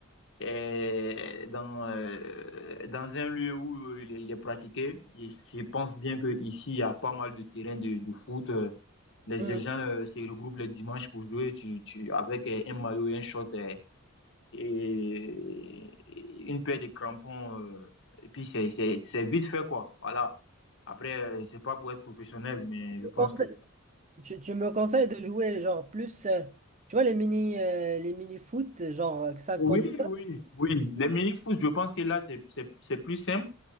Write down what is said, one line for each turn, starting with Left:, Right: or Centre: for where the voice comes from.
Left: euh, dans euh, dans un lieu où il est, il est pratiqué. Et je pense bien que ici, il y a pas mal de terrains de, de foot. euh, les,
Right: Mhm.
Left: les gens euh, se regroupent le dimanche pour jouer tu, tu, avec euh, un maillot et un short euh, et une paire de crampons. euh, et puis, c'est, c'est, c'est vite fait, quoi. Voilà. Après, euh, c'est pas pour être professionnel, mais je
Right: Tu,
Left: pense
Right: conseilles-
Left: que.
Right: tu- tu me conseilles de jouer, genre, plus, euh, tu vois, les mini, euh, les mini foot, genre 5
Left: Oui,
Right: contre 5?
Left: oui, oui. Les mini-foot, je pense que là, c'est, c'est, c'est plus simple.